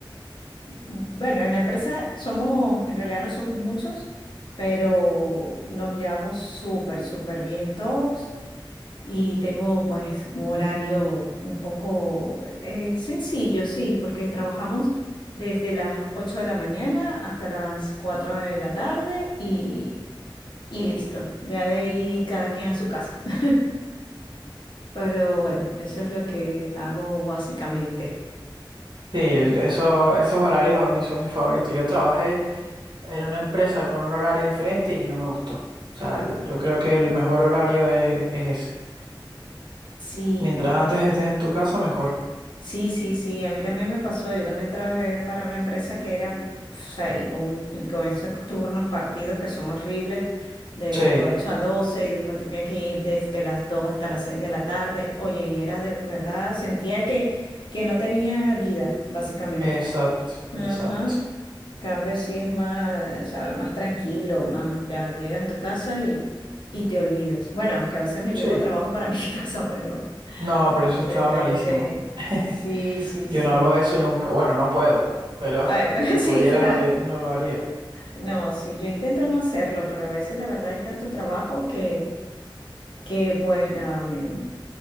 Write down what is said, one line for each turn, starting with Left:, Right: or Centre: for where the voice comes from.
Left: Bueno, en la empresa somos, en realidad no somos muchos, pero nos llevamos súper, súper bien todos y tengo pues un horario un poco eh, sencillo, sí, porque trabajamos desde las 8 de la mañana hasta las 4 de la tarde y, y listo, ya de ahí cada quien en su casa. <laughs> Pero bueno, eso es lo que hago básicamente.
Right: Sí, eso, esos horarios a mí son mis favoritos. Yo trabajé en una empresa con un horario diferente y no me gustó. O sea, el- yo creo que el mejor horario es, es ese.
Left: Sí.
Right: Mientras antes estés en tu casa, mejor.
Left: Sí, sí, sí, a mí también me pasó. Yo también trabajé para una empresa que era, o sea, y con, y con esos turnos partidos que son horribles, de,
Right: Sí,
Left: de 8 a 12 y después tenía que ir desde las 2 hasta las 6 de la tarde. Oye, y era de verdad, sentía que, que no tenía vida, básicamente.
Right: exacto, exacto.
Left: Ajá. En Cambio sí es más, ¿sabes? Más tranquilo, más, ya llegas a tu casa y, y te olvidas. Bueno, que a veces me llevo
Right: Sí.
Left: trabajo para <laughs> mi casa, pero...
Right: No, pero eso
Left: Depende.
Right: estaba malísimo. <laughs>
Left: Sí, sí,
Right: Yo
Left: sí.
Right: no hago eso nunca. Bueno, no puedo, pero
Left: Bueno,
Right: <laughs> si pudiera
Left: <laughs> sí, claro.
Right: no, le- no lo haría.
Left: No, sí, yo intento no hacerlo, pero a veces la verdad hay tanto trabajo que, que pues nada, me